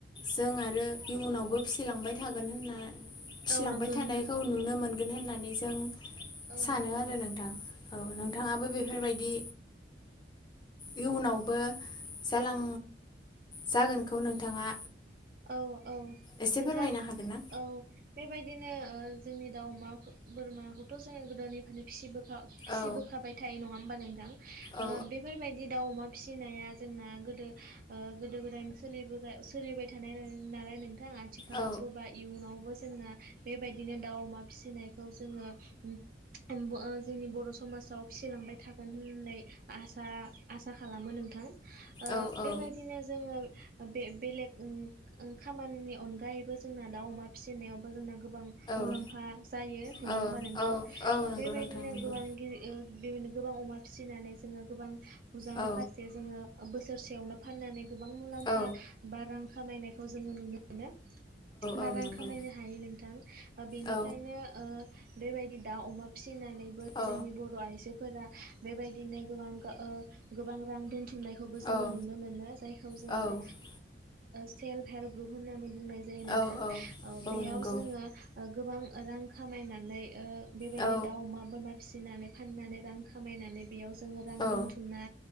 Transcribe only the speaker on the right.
औ नंगौ
नोंथां
औ
नंगौ
औ औ
नोंथां
औ बेबायदिनो ओ जोंनि दाउ अमा बोरमाखौथ' जों गोदोनिफ्रायनो फिसिबो <unintelligible> फिसिबोखाबाय
थायो नङा होमबा नोंथां ओ
बेफोरबायदि दाउ अमा फिसिनाया जोंना गोदो ओ गोदो गोदायनो सोलिबोगा सोलिबोबाय थानाय ना नालाय नों थां आथिखालावबो
बा इयुनावबो जोंना बेबायदिनो दाउ अमा फिसिनायखौ जोंङो उम त्साह उमबो जोंनि बर' समाजाव फिसिलांबाय थागोन होननाय आसा आसा खालामो नोंथां। ओ
बेबायदिनो जोङो बे बेलेग उम ओं खामानिनि अनगायैबो जोंना दाउ अमा फिसिनायावबो जोंना गोबां मुलाम्फा
जायो नङा
होमबा नोंथां
ओ बेबायदिनो
गोबां गि ओ गोबां अमा फिसिनानै जोङो गोबां बुजा
माखासे जोङो बोसोरसेयावनो फाननानै गोबां मुलाम्फा
बा रां खामायनायखौ जोङो नुनो मोनो। बा
रां
खामायनो हायो नोंथां ओ बेनिखायनो
ओ बेबायदि दाउ अमा फिसिनानैबो
जोंनि बर' आइजोफोरा बेबायदि नो गोबां ओ गोबां रां दोनथु मनायखौबो जोङो
नुनो मोनो जायखौ जोङो
सेल्फ हेल्प ग्रुप होननानै बुंनाय जायो नोंथां
ओ
बेयाव
जोङो गोबां रां खामायनानै ओ बेबायदिनो
दाउ अमा बोरमा फिसिनानै फाननानै रां खामायनानै बेयाव जोङो रां
दोनथुमना